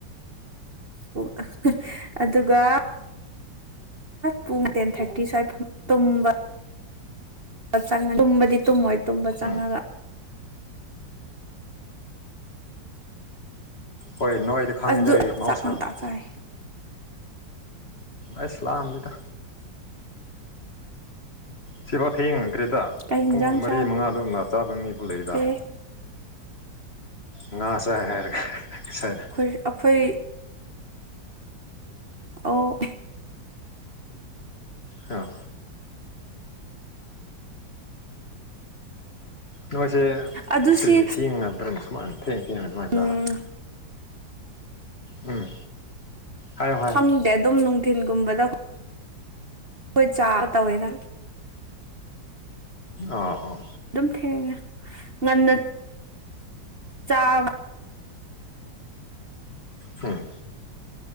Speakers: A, on the right (about 35°); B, on the left (about 35°).
A: ꯑꯣ ꯑꯗꯨꯒ ꯄꯨꯡ ꯇꯦꯟ ꯊꯥꯔꯇꯤ ꯁ꯭ꯋꯥꯏ ꯇꯨꯝꯕ ꯆꯅꯂꯥꯅꯤ ꯇꯨꯝꯕꯗꯤ ꯇꯨꯝꯃꯣꯏ ꯇꯨꯝꯕ ꯆꯪꯉꯒ
B: ꯎꯝ ꯍꯣꯏ ꯅꯣꯏꯗꯤ ꯈꯪꯉꯤꯗ
A: ꯑꯗꯨ
B: ꯑꯩ ꯃꯍꯧꯁꯥꯅ꯫
A: ꯆꯥꯛ ꯉꯟꯇꯥ ꯆꯥꯏ
B: ꯑꯁ ꯂꯥꯟꯗꯦꯗꯥ꯫ ꯁꯤꯐꯥꯎ ꯊꯌꯦꯡꯉꯈ꯭ꯔꯦꯗ
A: ꯀꯩ ꯌꯦꯟꯖꯥꯡ
B: ꯄꯨꯡ ꯃꯔꯤ
A: ꯆꯥꯒꯦ
B: ꯃꯉꯥꯗꯧꯅ ꯆꯥꯕ ꯃꯤꯕꯨ ꯂꯩꯗ
A: ꯑꯩꯈꯣꯏ
B: ꯉꯥ ꯆꯥꯏ ꯍꯥꯏꯔꯥꯒ ꯉꯁꯤꯅꯥ
A: ꯑꯩꯈ ꯑꯩꯈꯣꯏ ꯑꯣ
B: ꯍꯥ ꯅꯣꯏꯁꯦ
A: ꯑꯗꯨꯁꯤ
B: ꯀ꯭ꯔꯤꯁꯦ ꯊꯦꯡꯉ ꯕ꯭ꯔꯟ ꯁꯨꯃꯥꯏꯅ ꯊꯦꯡ ꯊꯦꯡꯉꯒ ꯑꯗꯨꯃꯥꯏꯅ
A: ꯎꯝ
B: ꯇꯧꯔꯒꯦ ꯎꯝ ꯍꯥꯏꯌꯣ ꯍꯥꯏꯌꯣ
A: ꯍꯪꯗꯦ ꯑꯗꯨꯝ ꯅꯨꯡꯊꯤꯟꯒꯨꯝꯕꯗ ꯑꯈꯣꯏ ꯆꯥꯕ ꯇꯧꯋꯦꯗ
B: ꯑ ꯑꯥ ꯑꯣ
A: ꯑꯗꯨꯝ ꯊꯦꯡꯉꯦ ꯉꯟꯅ ꯆꯥꯕ
B: ꯍꯝ